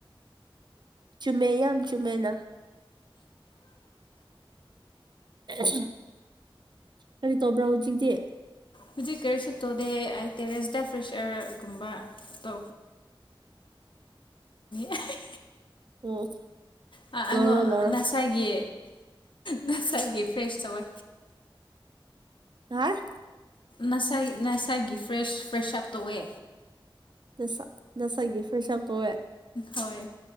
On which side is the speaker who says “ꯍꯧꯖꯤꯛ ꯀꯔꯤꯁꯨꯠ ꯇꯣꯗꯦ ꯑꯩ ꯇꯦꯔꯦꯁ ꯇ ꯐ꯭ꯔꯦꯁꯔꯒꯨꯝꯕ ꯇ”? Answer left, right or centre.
Left